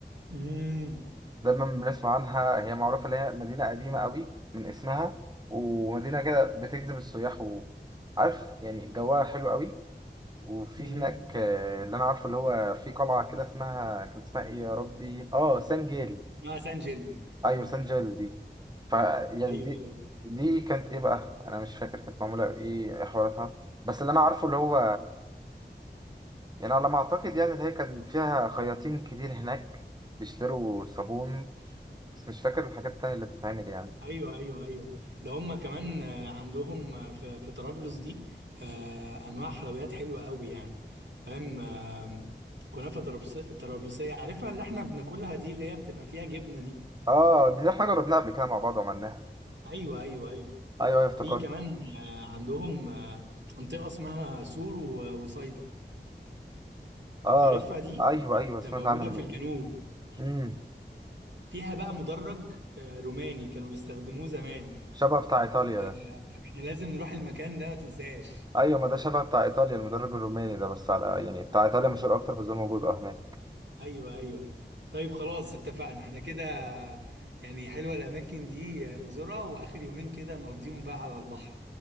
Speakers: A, on the right; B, on the right.
A: امم
B: دايما بنسمع عنها هي معروفة اللي هي مدينة قديمة قوي من اسمها ومدينة كده بتجذب السياح وعارف يعني جواها حلو قوي وفي
A: امم
B: هناك آه، اللي انا عارفه اللي هو في قلعة كده اسمها كان اسمها ايه يا ربي اه سان جيل
A: اسمها سانجل
B: ايوه سان جيل دي ف يعني
A: ايوه
B: دي
A: ايوه
B: دي كانت ايه بقى انا مش فاكر كانت معمولة بايه إيه حواراتها بس اللي انا عارفه اللي هو يعني على ما اعتقد يعني اللي هي كان فيها خياطين كتير هناك بيشتروا صابون بس مش فاكر الحاجات التانية اللي بتتعمل يعني
A: ايوه ايوه ايوه ده هم كمان آه، عندهم آه، في في طرابلس دي آه، انواع حلويات حلوه قوي يعني فاهم آه، كنافه طرابلس- طرابلسيه عارفها اللي احنا بناكلها دي اللي هي بتبقى فيها جبنه دي
B: اه دي احنا جربناها قبل كده مع بعض وعملناها
A: ايوه ايوه ايوه
B: ايوه ايوه افتكرت
A: في كمان آه، عندهم آه، منطقه اسمها سور و- وصيدا
B: اه
A: عارفها
B: س-
A: دي
B: ايوه
A: كانت
B: ايوه سمعت
A: موجوده
B: عنهم
A: في
B: دول
A: الجنوب
B: امم
A: فيها بقى مدرج آه، روماني كانوا بيستخدموه زمان
B: شبه بتاع ايطاليا
A: آه،
B: ده
A: احنا لازم نروح المكان ده ما تنساش
B: ايوه ما ده شبه بتاع ايطاليا المدرب الروماني ده بس على يعني بتاع ايطاليا مشهور اكتر بس ده موجود اه هناك
A: ايوه ايوه طيب خلاص اتفقنا احنا كده يعني حلوة الاماكن دي نزورها واخر يومين كده نقضيهم بقى على البحر